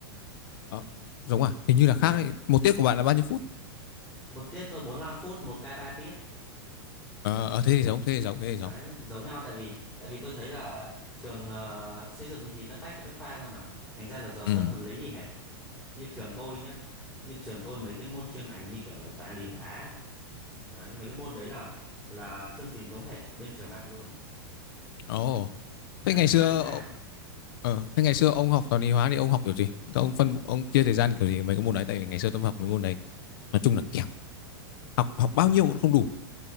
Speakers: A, on the left; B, in the centre.
A: Ờ, giống à hình như là
B: đấy
A: khác đấy. một tiết của bạn là bao nhiêu phút
B: một tiết tôi bốn lăm phút một k 3 tiết
A: ờ ờ, thế thì giống thế thì giống thế thì
B: đấy
A: giống
B: giống nhau tại vì tại vì tôi thấy là trường ờ, xây dựng thì nó tách từ bách khoa ra mà thành ra là giờ
A: ừ
B: giấc mình lấy gì hết như trường tôi nhá như trường tôi mấy cái môn chuyên ngành như kiểu là toán lý hóa đấy mấy cái môn đấy là là chương trình giống hệt bên trường bạn luôn
A: ồ
B: Thế là
A: Thế ngày
B: không
A: xưa
B: khác tí nào
A: ờ, thế ngày xưa ông học toán lý hóa thì ông học kiểu gì? Thế Ông phân ông chia thời gian kiểu gì mấy cái môn đấy tại vì ngày xưa tôi học mấy môn đấy nói chung là kém. Học học bao
B: à
A: nhiêu cũng không đủ.